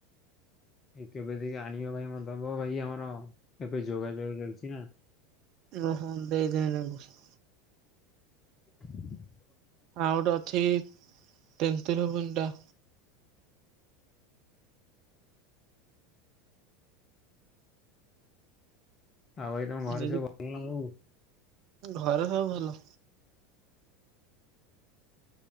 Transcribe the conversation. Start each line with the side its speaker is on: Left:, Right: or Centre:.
Left: ଏ କେବେ ଟିକେ ଆଣିବ ଭାଇ ମତେ ଦବ ଭାଇ ଆମର ଏବେ ଯୋଗାଯୋଗ ଚାଲିଚି ନା।
Right: ଓହୋ ଦେଇ ଦେବି ନବ ତାକୁ।
Left: <inaudible>
Right: ଆଉ ଗୋଟେ ଅଛି ତେନ୍ତିଲ ଭୁଣ୍ଡା।
Left: ଆଉ ଭାଇ ତମ ଘରେ
Right: ଯଦି
Left: ସବୁ ଭଲ ନା ସବୁ?
Right: ଘରେ ସବୁ ଭଲ।